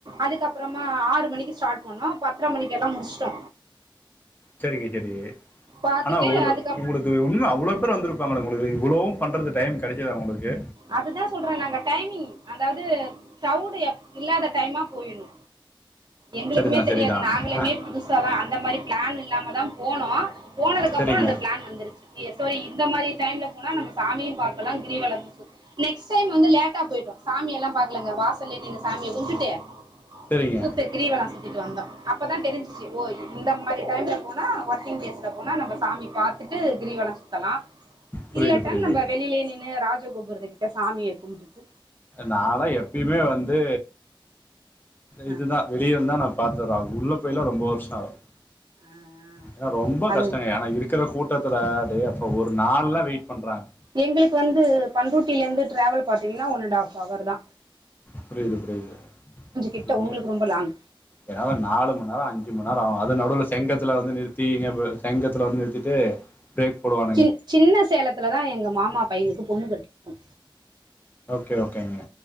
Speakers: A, on the right; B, on the left.
A: அதுக்கப்றமா ஆறு மணிக்கு ஸ்டார்ட் பண்ணோ பத்ர மணிக்கெல்லா முடிச்டோ
B: செரிங்க செரிங்க
A: பார்த்துட்டு
B: ஆனா ஒரு
A: அதுக்கப்
B: உங்களுக்கு இன்ன அவ்ள பேர் வந்துருப்பாங்களே உங்களுக்கு இவ்ளவு பண்றதுக் டைம் கெடச்சதா ஒங்ளுக்கு
A: அதுதா சொல்றே நாங்க டைமிங் அதாது கிளவ்டு எப் இல்லாத டைமா பொயிணு எங்ளுக்குமே
B: சரிதா
A: தெரியாது
B: சரிதா
A: நாங்களுமே
B: ஆ
A: புதுசாதா அந்த மாரி பிளான் இல்லாம தா போனோ போனதுக்கு
B: சரிங்க
A: அப்றோ அந்த பிளான் வந்துருச்சி செரி இந்த மாரி டைம்ல போனா நம்ம சாமியு பாக்லா கிரகவலமு சுத் நெக்ஸ்ட் டைம் வந்து லேட்டா பொயிட்டோ சாமியெல்லா பாக்லங்க வாசல்லே நின்னு சாமிய கும்டுட்டு
B: சரிங்க
A: சுத்திட் கிரிவலம் சுத்திட்டு வந்தோ அப்ப தா தெரிஞ்சிச்சி ஓ இந்த மாரி டைம்ல போனா ஒர்க்கிங் டேஸ்ல போனா நம்ம சாமி பாத் துட்டு கிரிவல சுத்தலா
B: புரியுது
A: இல்லாட்டா
B: புரியுது
A: நம்ம வெளியிலே நின்னு ராஜகோபுரத்து கிட்ட சாமிய கும்டுட்டு
B: நாலா எப்பயுமே வந்து
A: ஆ
B: இதுதா வெளிய இருந்துதா நா பாத்து ஆகு உள்ள போய்லா ரொம்ப வர்ஷ ஆகுது
A: ஆ
B: ஏனா ரொம்ப
A: அது
B: கஷ்டங்க ஆனா இருக் கிற கூட்டத்துல அடே அப்போ ஒரு நாள்லா வெயிட் பண்றாங்க
A: எங்ளுக்கு வந்து பண்ரூட்டில இருந்து டிராவல் பாத்தீங்கனா ஒன் அண்ட் ஆஃப் ஹவர் தா
B: புரிது புரிது
A: கிட்ட
B: நீங்க
A: உங்களுக்கு ரொம்ப லாங்
B: <unintelligible> நாலு மண்நேர அஞ்சு மண்நேர ஆகு அது நடுவுல செங்கத்துல வந்து நிற் டீ இங்க ப சங்கத்துல வந்து நிறுத்திட்டு பிரேக் போடுவா
A: சின் சின்ன சேலத்துல தா எங்க மாமா பையனுக்கு பொண்ணு கட்னோ
B: ஓகே ஓகேங்க